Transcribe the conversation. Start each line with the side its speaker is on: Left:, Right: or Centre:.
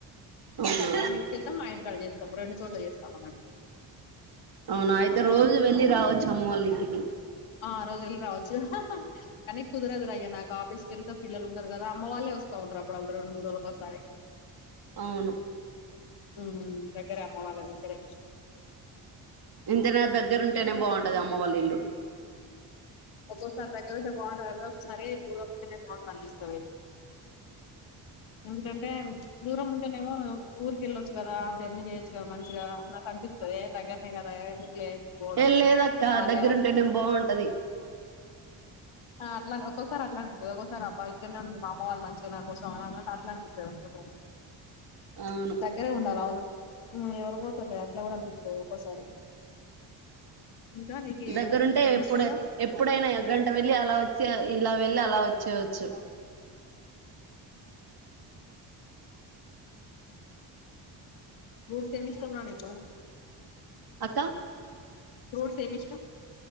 Right: అవునా
Left: ఆ అమ్మ వాళ్ళ ఇంటికి వెళ్తాం మా ఇంటికాడ చేస్తాం రెండు చోట్ల చేస్తాం
Right: అవునా అయితే
Left: పండగ
Right: రోజు వెళ్ళి రావచ్చు అమ్మ వాళ్ళ ఇంటికి
Left: ఆ రోజు వెళ్లి రావచ్చు కానీ కుదరదురుయ్యా నాకు ఆఫీస్ ఇల్లంతా పిల్లలే ఉంటారు కదాఅమ్మవాళ్ళే వస్తా ఉంటారు అప్పుడప్పుడు రెండుమూడురోజులకు ఒకసారి
Right: అవును
Left: ఉమ్ దగ్గరే అమ్మా వాళ్ళ దగ్గరే
Right: ఇంతనా దగ్గర ఉంటేనే బాండు అది అమ్మ వాళ్ళ ఇల్లు
Left: ఒక్కోసారి దగ్గరుంటే బాగుంటాది ఒకసారి దూరంగా ఉంటేనే బాగుండు అనిపిస్తది ఎందుకని అంటే దూరం ఉంటేనేమో ఊరుకి వెళ్ళచ్చు కదా జర్నీ చేయొచ్చు కదా మంచిగా నాకనిపిస్తది. ఏ దగ్గరనే కదా ఎందుకులే పోవడం
Right: ఏం లేదక్క
Left: వాళ్ళే
Right: దగ్గరుంటేనే బావుంటది
Left: అట్లా ఒకో ఒకోసారి అట్లాంటి ఒకసారి అబ్బా ఇక్కడే ఉన్నారు మాఅమ్మ వాళ్ళు మంచిగా నా కోసం అ అట్లాంటి <unintelligible>
Right: అవును
Left: దగ్గరే ఉండాల అవును హ్మ్ ఎవరు పోతారు అట్లా కూడా అనిపిస్తది ఒక్కోసారి ఇంకా నీకే
Right: దగ్గరుంటే
Left: నీకేమి
Right: ఎప్పుడు
Left: ఇష్టము
Right: ఎప్పుడైనా ఎ గంట వెళ్ళి అలా వచ్చి ఇలా వెళ్ళి అలా వచ్చేయచ్చు
Left: మూడు సెమిస్టర్లే నీకు
Right: అక్క
Left: ఫ్రూట్స్ ఏమి ఇష్టం